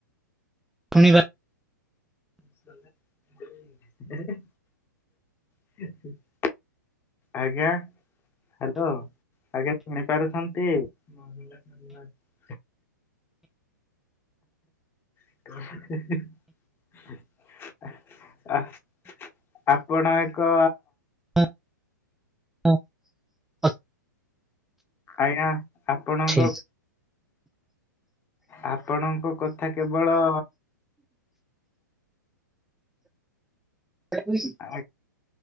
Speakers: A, in the centre; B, on the left.
A: ଶୁଣିବା
B: <inaudible> <inaudible> ଆଜ୍ଞା, ହାଲୋ ଆଜ୍ଞା, ଶୁଣି ପାରୁଛନ୍ତି? <inaudible> <inaudible> <unintelligible> ଆପଣ ଏକ
A: <inaudible>
B: ଆଜ୍ଞା ଆପଣଙ୍କ
A: ଅଛି।
B: ଆପଣଙ୍କ କଥା କେବଳ
A: <inaudible>
B: ଆ